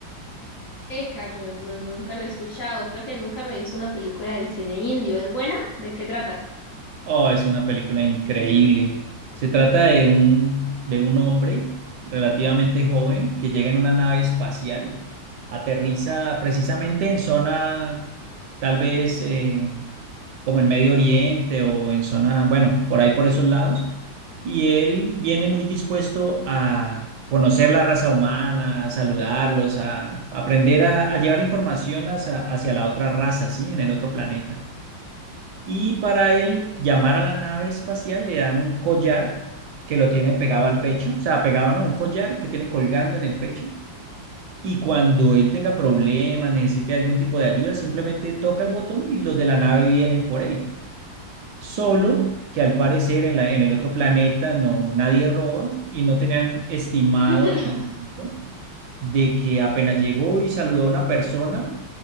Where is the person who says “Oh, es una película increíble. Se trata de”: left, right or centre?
Right